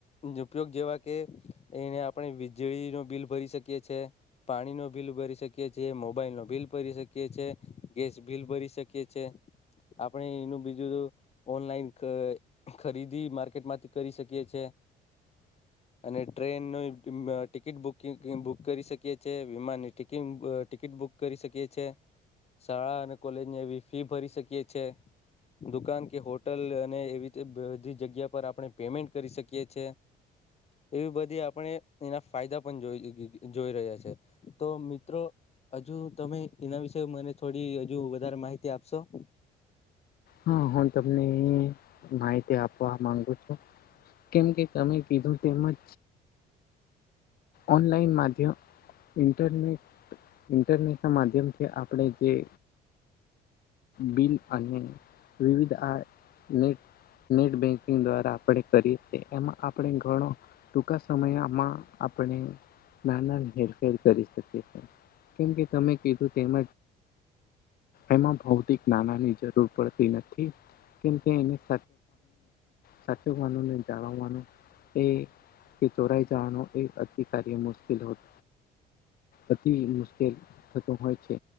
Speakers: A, on the left (about 40°); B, on the left (about 60°).
A: જ ઉપયોગ જેવા કે, એને આપણે વીજળીનું બિલ ભરી શકીએ છે પાણીનો બિલ ભરી શકીએ છે, મોબાઈલનો બિલ ભરી શકીએ છે, ગેસ બિલ ભરી શકીએ છે. આપે એનું બીજું ઓનલાઈન ખરીદી માર્કેટ માંથી કરી શકીએ છ છેએ અને ટ્રેન ન ટિકિટ બુક કરી શકી છીએ વિમાનની ટટ કેમ ટિકિટ બુક કરી શકીએ છે શાળા અને કોલેજ ને એવી ફી ભરી શકીએ છ છે દુકાન કે હોટલ અને એવી રીતે બધી જગ્યા પર આપણે પેમેન્ટ કરી શકીએ છે. એવી બધી આપણે એના ફાયદા પણ જોઈ જોઈ રહ્યા છે, તો મિત્રો હજુ તમે એના વિશે મને થોડી હજુ વધારે માહિતી આપશો?
B: હા, હું તમને માહિતી આપવા માંગુ છું. કેમ કે તમે કીધું તેમ જ ઓનલાઈન માધ્યમ, ઇન્ટરનેટ ઈન્ટરનેટના માધ્યમથી આપણે જે બિલ અને વિવિધ આ નેટ નેટ બેંક કિંગ દ્વારા આપણે કરીએ છીએ એમાં આપણે ઘણો ટૂંકા સમયમાં આપણે નાના હેરફેર કરી શકીએી કેમ કે તમે કીધું તેમજ એમાં ભૌતિક નાનાની જરૂર પડતી નથી કેમ કે એને સચને સાચનને જાણવાનું એ કે ચોરાઈ જવાનો એક અધિકારી્ય મુશ્કેલ હોત અતિ મુશ્કેલ થતું હોય છે